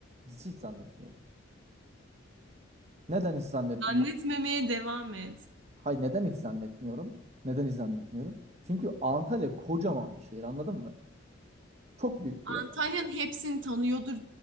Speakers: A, on the right; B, on the right.
A: Hiç, hiç zannetmiyorum. Neden hiç zannetmiyorum?
B: Zannetmemeye devam et.
A: Hayır neden hiç zannetmiyorum? Neden hiç zannetmiyorum? Çünkü Antalya kocaman bir şehir anladın mı? Çok büyük
B: Antalya'nın
A: bir yer. yani.
B: hepsini tanıyordur